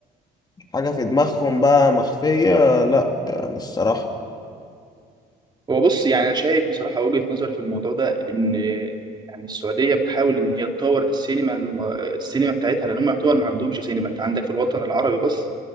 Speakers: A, on the left (about 25°); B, on the right (about 25°).
A: حاجة في دماغهم بقى مخفية لأ يعني الصراحة
B: هو بص يعني انا شايف بصراحه وجهه نظري في الموضوع ده ان يعني السعوديه بتحاول ان هي تطور السينما الم- السينما بتاعتها لان هم يعتبر ما عندهمش سينما انت عندك في الوطن العربي بس